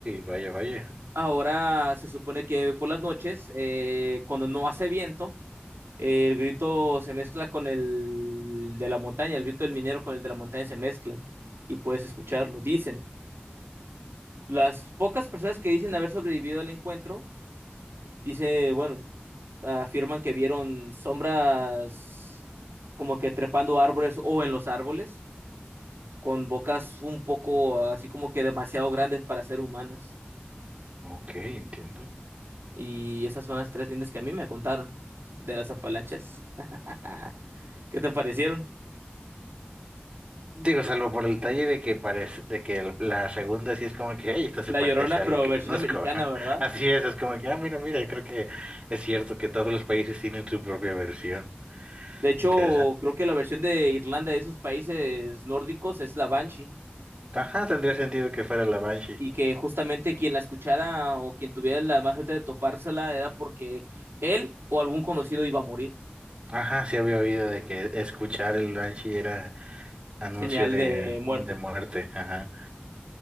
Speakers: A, on the right; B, on the right.
A: vaya, vaya.
B: Ahora se supone que por las noches, eh, cuando no hace viento, eh, El grito se mezcla con el de la montaña, el grito del minero con el de la montaña se mezclan y puedes escucharlo. Dicen, las pocas personas que dicen haber sobrevivido al encuentro, dice, bueno, afirman que vieron sombras como que trepando árboles o en los árboles, con bocas un poco así como que demasiado grandes para ser humanas.
A: Ok, entiendo.
B: Y esas son las tres lindas que a mí me contaron de las Apalaches. <laughs> ¿Qué te parecieron?
A: Digo, salvo por el detalle de que parece, de que el- la segunda sí es como que, hey, esto se
B: La
A: parece
B: Llorona,
A: a
B: pero
A: algo que
B: versión
A: conozco.
B: americana,
A: <laughs>
B: ¿verdad?
A: Así es, es como que, ah, mira, mira, creo que es cierto que todos los países tienen su propia versión.
B: De hecho,
A: Interesante.
B: creo que la versión de Irlanda de esos países nórdicos es la Banshee.
A: Ajá, tendría sentido que fuera la Banshee.
B: Y que justamente quien la escuchara o quien tuviera la más suerte de topársela era porque él o algún conocido iba a morir.
A: Ajá, sí había oído de que escuchar el Banshee era anuncio
B: Señal
A: de,
B: de muerte.
A: de muerte. Ajá,